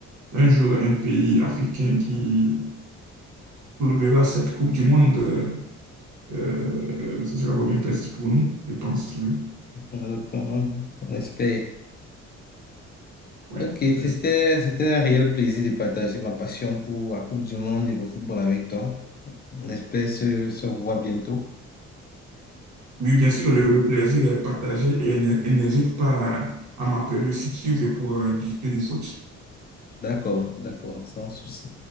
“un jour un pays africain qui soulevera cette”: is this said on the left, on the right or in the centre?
Right